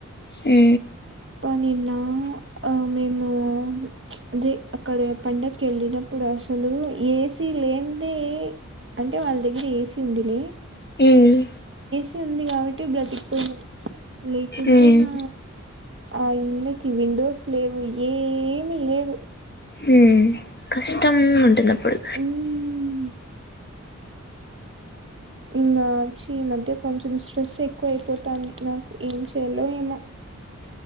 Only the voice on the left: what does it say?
హూ
హ్మ్
మ్.
హూ కష్టం ఉంటుందప్పుడు